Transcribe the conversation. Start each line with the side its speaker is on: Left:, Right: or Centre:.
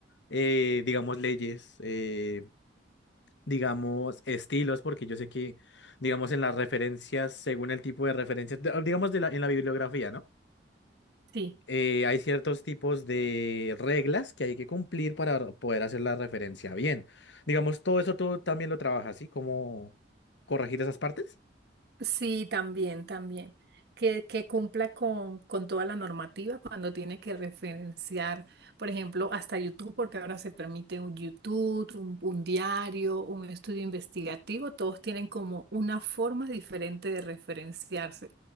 Left: eh, digamos, leyes. eh, digamos, estilos, porque yo sé que, digamos, en las referencias, según el tipo de referencias de- ah, digamos, de la, en la bibliografía, ¿no?
Right: sí.
Left: Eh, hay ciertos tipos de reglas que hay que cumplir para poder hacer la referencia bien. Digamos, todo eso tú también lo trabajas, ¿sí? ¿Cómo corregir esas partes?
Right: Sí, también, también. Que, que cumpla con, con toda la normativa cuando tiene que referenciar, por ejemplo, hasta YouTube, porque ahora se permite un YouTube, un, un diario, un estudio investigativo, todos tienen como una forma diferente de referenciarse.